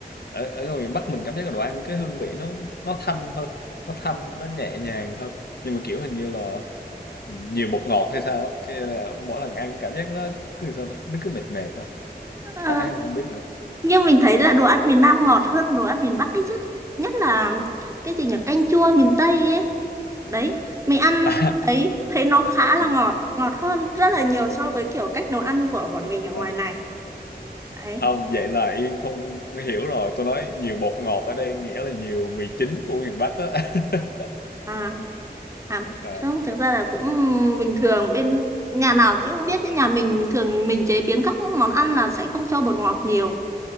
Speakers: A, on the left; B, on the right.
A: ở, ở ngoài miền Bắc mình cảm giác là đồ ăn cái hương vị nó nó thanh hơn nó thanh nó nhẹ nhàng hơn nhưng mà kiểu hình như là nhiều bột ngọt hay sao á cái là mỗi lần ăn cảm giác nó cứ sao ta nó cứ mệt mệt thôi
B: À,
A: phải không không biết nữa
B: nhưng mình thấy là đồ ăn miền Nam ngọt hơn đồ ăn miền Bắc ấy chứ nhất là cái gì nhỉ canh chua miền Tây ấy đấy mình ăn
A: <laughs>
B: ấy thấy nó khá là
A: à, à,
B: ngọt ngọt hơn rất là nhiều so với kiểu cách nấu ăn của bọn mình ở
A: à.
B: ngoài này đấy
A: không vậy là Yên không hiểu rồi tôi nói nhiều bột ngọt ở đây nghĩa là nhiều mì chính của miền Bắc á <laughs>
B: à, à
A: à.
B: không thực ra là cũng bình thường bên nhà nào chứ cũng biết chứ nhà mình thường mình chế biến các món ăn là sẽ không cho bột ngọt nhiều